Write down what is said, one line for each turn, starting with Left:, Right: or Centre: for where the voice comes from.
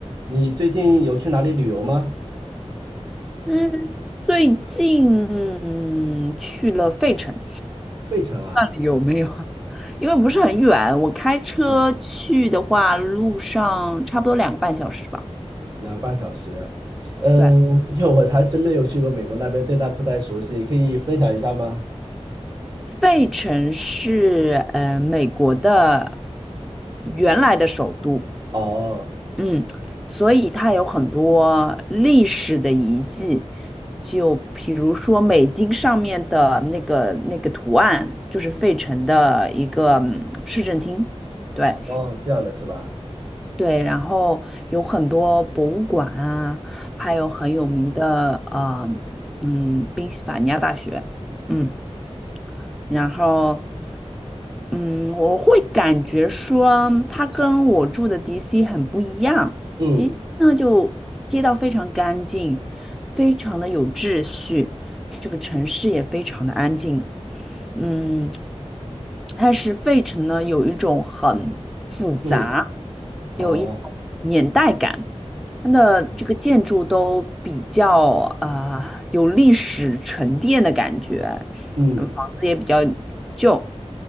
Right: 你最近有去哪里旅游吗？
Centre: 嗯，最近去了费城，
Right: 费城啊，
Centre: 那里有没有？<laughs> 因为不是很远，我开车去的话，
Right: 嗯，
Centre: 路上差不多两个半小时吧。
Right: 两个半小时。嗯，
Centre: 对，
Right: 因为我还真没有去过美国那边，对那不太熟悉，可以分享一下吗？
Centre: 费城是呃美国的原来的首都，
Right: 哦，
Centre: 嗯，所以它有很多历史的遗迹，就比如说美金上面的那个那个图案，就是费城的一个嗯市政厅。对，
Right: 哦，这样的是吧？
Centre: 对，然后有很多博物馆啊，还有很有名的呃嗯宾夕法尼亚大学，嗯。然后，嗯，我会感觉说它跟我住的 DC 很不一样。
Right: 嗯
Centre: DC 呢，就街道非常干净，非常的有秩序，这个城市也非常的安静。嗯，但是费城呢，有一种很复杂，
Right: 嗯，哦，
Centre: 有一种年代感。它的这个建筑都比较啊、
Right: 嗯
Centre: 呃有历史沉淀的感觉，
Right: 嗯
Centre: 子也比较旧，